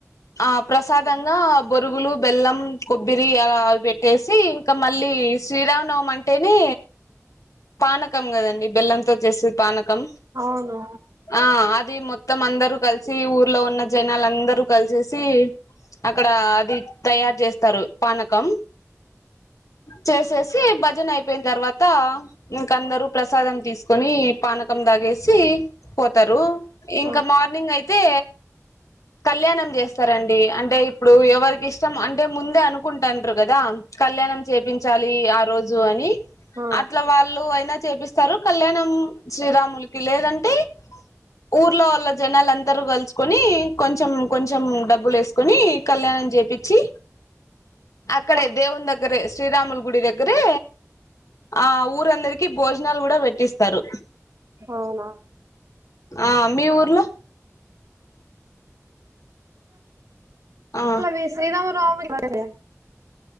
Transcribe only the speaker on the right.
అవును
ఆ
ఆ
పా
అవునా
అ మీ శ్రీరామనవమి వచ్ సరే